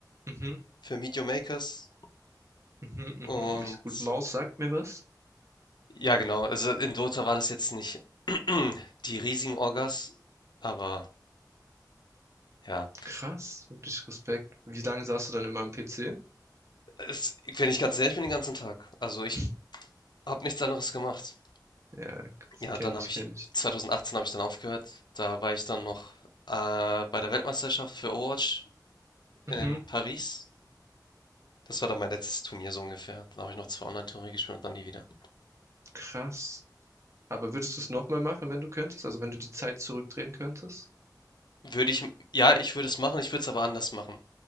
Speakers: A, on the right (about 40°); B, on the left (about 75°).
A: Mhm.
B: für Meet Your Makers.
A: Mhm,
B: Und
A: mhm, ist gut. Maus sagt mir was.
B: ja, genau. Also in Dota war das jetzt nicht <clears throat> die riesigen Orgas, aber ja.
A: Krass, wirklich Respekt. Wie lange saßt du dann immer am PC?
B: Es, wenn ich ganz ehrlich bin, den ganzen Tag. Also ich
A: <laughs>
B: habe nichts anderes gemacht.
A: Ja,
B: Ja,
A: kenne
B: dann habe
A: ich,
B: ich,
A: kenne ich.
B: 2018 habe ich dann aufgehört. Da war ich dann noch äh, bei der Weltmeisterschaft für Overwatch in
A: Mhm,
B: Paris. Das war dann mein letztes Turnier so ungefähr. Dann habe ich noch zwei Online-Turniere gespielt und dann nie wieder.
A: krass. Aber würdest du es nochmal machen, wenn du könntest? Also wenn du die Zeit zurückdrehen könntest?
B: Würde ich, ja, ich würde es machen, ich würde es aber anders machen.